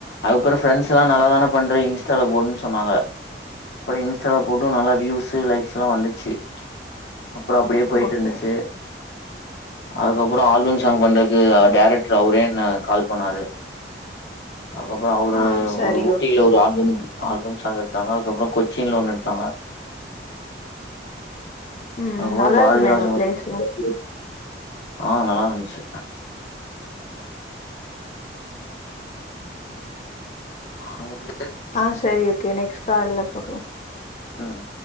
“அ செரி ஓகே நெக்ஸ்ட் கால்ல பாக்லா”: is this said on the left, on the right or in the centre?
Left